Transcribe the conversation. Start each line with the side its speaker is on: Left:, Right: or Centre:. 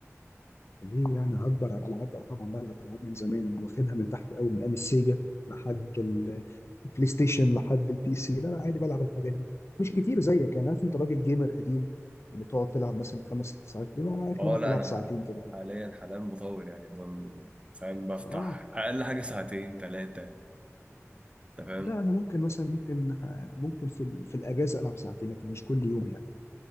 Left: ليه يعني هكبر على الالعاب لا طبعا بلعب العاب من زمان انا واخدها من تحت قوي من ايام السيجا لحد ال- البلاي ستيشن لحد البي سي لا لا عادي بلعب الحاجات دي مش كتير زيك يعني عارف انت راجل جيمر قديم بتقعد تلعب مثلا خمس ست ساعات لا انا اخري
Right: اه
Left: ممكن
Right: لا
Left: العب
Right: انا
Left: ساعتين كده ولا
Right: حاليا
Left: حاجه
Right: حاليا بطول يعني مثلا فاهم بفتح
Left: اه
Right: اقل حاجه ساعتين ثلاثه انت فاهم
Left: لا انا ممكن مثلا ممكن ممكن في ال- في الاجازه العب ساعتين لكن مش كل يوم يعني